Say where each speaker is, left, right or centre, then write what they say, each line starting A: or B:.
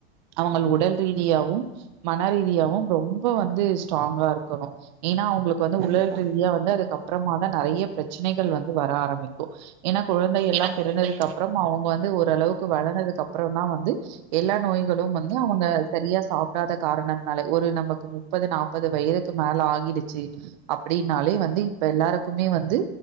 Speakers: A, on the right (about 50°); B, on the right (about 80°).
A: அவங்க உடல் ரீதியாவும் மனரீதியாவும் ரொம்ப வந்து ஸ்ட்ராங்கா இருக்கணும் ஏன்னா அவங்களுக்கு வந்து
B: கண்டிப்பா
A: உடல் ரீதியா வந்து அது அப்பு அப்புறமா தான் நிறைய பிரச்சனைகள் வந்து வர ஆரம்பிக்கும் ஏனா குழந்தை எல்லாம்
B: ஏன்னா குழந்தைகளுக்கு
A: பிறந்ததுக்கு அப்புறம் அவங்க வந்து ஓரளவுக்கு வளர்ந்ததுக்கு அப்புறம் தான் வந்து எல்லா நோய்களும் வந்து அவங்க சரியா சாப்ப டாத காரணத்தனால ஒரு நமக்கு முப்பது நாற்பது வயதுக்கு மேல ஆகிடுச்சு அப்படின்னாலே வந்து இப்ப எல்லாருக்குமே வந்து